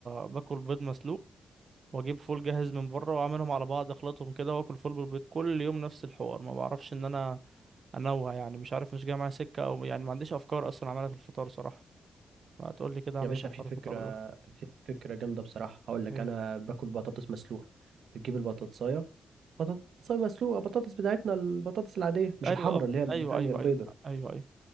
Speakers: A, on the right (about 50°); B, on the right (about 80°).
A: باكل بيض مسلوق واجيب فول جاهز من بره واعملهم على بعض اخلطهم كده واكل فول بالبيض كل يوم نفس الحوار ما بعرفش ان انا انوع يعني مش عارف مش جاي معايا سكه او يعني ما عنديش افكار اصلا اعملها في الفطار صراحه ما تقول لي كده اعمل
B: يا باشا
A: ايه في
B: في
A: حوار
B: فكرة
A: الفطار ده
B: في فكرة جامدة بصراحة هقول لك
A: ايه
B: أنا باكل بطاطس مسلوقة بتجيب البطاطساية بطاطساية مسلوقة بطاطس بتاعتنا البطاطس العادية مش
A: ايوه
B: الحمراء
A: اه
B: اللي هي التانية
A: ايوه ايوه
B: البيضة
A: ايوه ايوه ايوه